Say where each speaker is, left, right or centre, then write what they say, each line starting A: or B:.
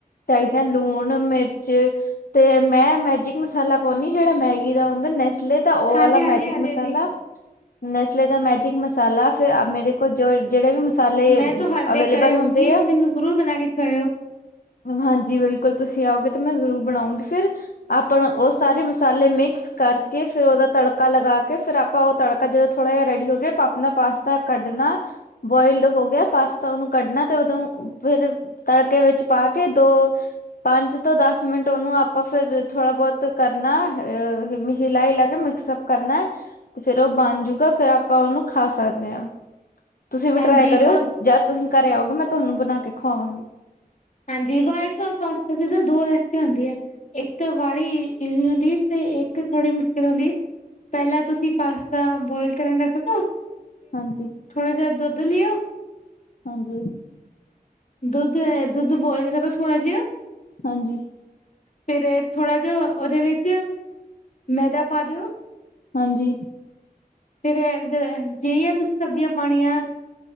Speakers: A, on the left; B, on the left.
A: ਚਾਈਦਾ ਲੂਣ, ਮਿਰਚ- ਤੇ ਮੈਂ ਮੈਜਿਕ ਮਸਾਲਾ ਪਾਉਣੀ ਜੇੜਾ ਮੈਗੀ ਦਾ ਹੰਦਾ ਨੈਸਲੇ ਤਾਂ ਓ
B: ਹਾਂਜੀ
A: ਅਲਾ
B: ਹਾਂਜੀ
A: ਮੈਜਿਕ
B: ਹਾਂਜੀ
A: ਮਸਾਲਾ
B: ਜੀ
A: ਨਸਲੇ ਦਾ ਮੈਜਿਕ ਮਸਾਲਾ ਫ਼ਿਰ ਆ ਮੇਰੇ ਕੋਲ ਜੇੜਾ ਵੀ ਮਸਾ- ਮਸਾਲੇ
B: ਮੈਂ ਤੁਹਾਡੇ
A: ਅਵੇਲੇਬਲ
B: ਘਰੇ ਆਉਂਗੀ
A: ਹੁੰਦੇ ਆ।
B: ਮੈਨੂੰ ਜ਼ਰੂਰ ਬਣਾ ਕੇ ਖਵਾਇਓ
A: ਹਾਂਜੀ ਬਿਲਕੁਲ ਤੁਸੀਂ ਆਓਗੇ ਤਾਂ ਮੈਂ ਜ਼ਰੂਰ ਬਣਾਉਂਗੀ ਫਿਰ। ਆਪਣਾ ਓ ਸਾਰੇ ਮਸਾਲੇ ਮਿਕਸ ਕਰਕੇ ਫੇਰ ਓਦਾ ਤੜਕ ਤੜਕਾ ਲਗਾ ਕੇ ਫੇਰ ਆਪਾਂ ਓ ਤੜਕਾ ਜਦੋਂ ਥੋੜਾ ਜਿਆ ਰੈਡੀ ਹੋ ਗਿਆ, ਆਪਾ ਆਪਣਾ ਪਾਸਤਾ ਕੱਢਣਾ- ਬੁਆਇਲਡ ਹੋ ਗਿਆ ਪਾਸਤਾ ਉਨੂੰ ਕੱਢਣਾ ਤੇ ਓਦੋਂ ਫਿਰ- ਤੜਕੇ ਵਿੱਚ ਪਾ ਕੇ ਦੋ- ਪੰਜ ਤੋਂ ਦਸ ਮਿੰਟ ਓਨੂੰ ਆਪਾਂ ਫੇਰ ਥੋੜਾ ਬੋਤ ਕਰਨਾ ਅ ਹਿਮੀ- ਹਿਲਾ ਹਿਲਾ ਕੇ ਮਿਕਸਅਪ ਕਰਨਾ। ਤੇ ਫੇਰ ਓ ਬਣ ਜੂਗਾ ਫੇਰ ਆਪਾਂ ਓਨੂੰ ਖਾ ਸਕਦੇ ਆਂ। ਤੁਸੀਂ ਵੀ
B: ਹਾਂਜੀ
A: ਟਰਾਏ ਕਰਿਓ
B: ਵਾਹ
A: ਜਦ ਤੁਸੀਂ ਘਰੇ ਆਓਗੇ ਮੈਂ ਤੁਨੂੰ ਬਣਾ ਕੇ ਖਵਾਵਾਂਗੀ।
B: ਹਾਂਜੀ ਵਾਈਟ ਸੋਸ ਪਾਸਤੇ ਤੇ ਦੀਆਂ ਦੋ ਰੈਸਪੀਆਂ ਹੁੰਦੀਆਂ। <unintelligible> ਪਹਿਲਾਂ ਤੁਸੀਂ ਪਾਸਤਾ ਬੋਇਲ ਕਰਨ ਰੱਖ ਦੋ।
A: ਹਾਂਜੀ।
B: ਥੋੜ੍ਹਾ ਜਿਹਾ ਦੁੱਧ ਲਿਓ।
A: ਹਾਂਜੀ।
B: ਦੁੱਧ ਏ, ਦੁੱਧ ਬੋਆਇਲ ਕਰੋ ਥੋੜਾ ਜਿਹਾ।
A: ਹਾਂਜੀ
B: ਫਿਰ ਥੋੜਾ ਜਿਹਾ ਓਹਦੇ ਵਿੱਚ ਮੈਦਾ ਪਾ ਦਿਓ।
A: ਹਾਂਜੀ
B: ਫਿਰ ਏ ਜ ਜਿਰੀਆਂ ਤੁਸੀਂ ਸਬਜ਼ੀਆਂ ਪਾਣੀਆਂ।